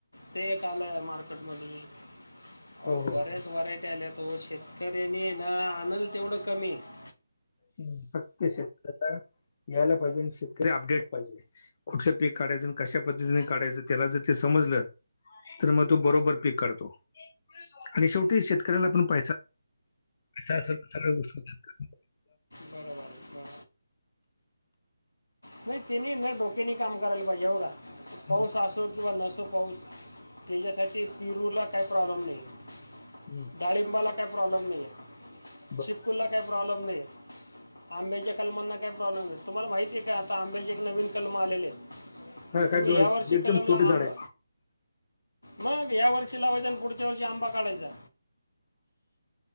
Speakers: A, on the left; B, on the left.
A: ते एक आलंय मार्केटमधी, आहों
B: हो हो
A: बऱ्याच
B: हो.
A: व्हरायटी आल्या. तो शेतकऱ्यांनी ना आणनल तेवढं कमी आहे.
B: ह फक्त शेतकऱ्या यायला पाहिजे आणि शेतकरी अपडेट पाहिजे. कुठलं पीक काढायचं कशा पद्धतीने काढयचं त्याला जर ते समजलं तर मग तो बरोबर पीक काढतो, आणि शेवटी शेतकऱ्याला पण पैसा पैसा असल तर सगळ्या गोष्ट <unintelligible>
A: बरोबर बा <inaudible> नाही त्यांनी नाही डोक्याने काम करायला पाहिजे, हे बघा पाऊस
B: हं,
A: असो किंवा नसो पाऊस त्याच्यासाठी पिरूला काही प्रॉब्लेम नाही आहे,
B: हं,
A: डाळिंबाला काही प्रॉब्लेम नाही आहे.
B: बरं.
A: चिकूला काही प्रॉब्लेम नाही, आंब्याच्या कलमांना काय प्रॉब्लेम आहे, तुम्हाला माहितीय का आता आंब्याचे एक नवीन कलम आले आहेत.
B: हां,
A: तुम्ही
B: काय दोन
A: ह्या वर्षी
B: एकदम
A: कलमला
B: छोटे झाड
A: आंब
B: आहे
A: मग या वर्षी लावायचा पुढच्या वर्षी आंबा काढायचा.